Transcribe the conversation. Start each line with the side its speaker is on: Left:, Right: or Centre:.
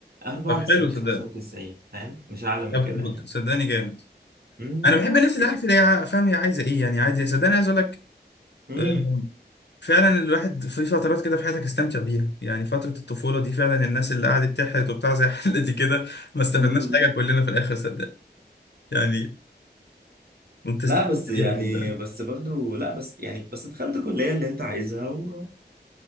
Right: 94
Left: طب حلو صدقني
Right: 95 فاهم مش اعلى من
Left: طب
Right: كده يعني
Left: صدقني جامد
Right: امم
Left: انا بحب
Right: بس
Left: الناس اللي
Right: يعني
Left: عارفه اللي هي فاهم هي عايزه ايه يعني عايزه إيه. صدقني عايز اقول لك
Right: امم
Left: آم، فعلا الواحد في فترات كده في حياتك استمتع بيها يعني فتره الطفوله دي فعلا الناس اللي قعدت تحرت وبتاع زي <laughs> حالتي كده ما استفدناش
Right: مم.
Left: حاجه كلنا في الاخر صدقني يعني انت استفدت
Right: لا بس يعني
Left: بيها صدقني
Right: بس برضو لا بس يعني بس دخلت الكليه اللي انت عايزها و...